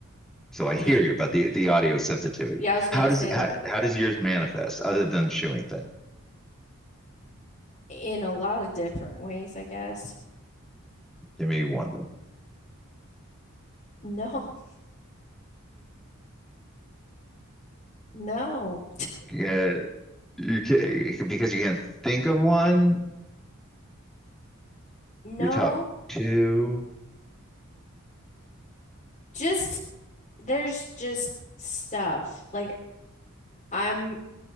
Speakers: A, in the centre; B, on the left.
A: So I
B: the
A: hear you about the the audio sensitivity.
B: yeah, I was gonna
A: How does
B: say
A: how,
B: like
A: how does yours manifest other than the chewing thing?
B: in a lot of different ways, I guess.
A: Give me one.
B: No, no,
A: Yeah, you can, because you can't think of one.
B: no.
A: Your top two.
B: Just there's just stuff. Like I'm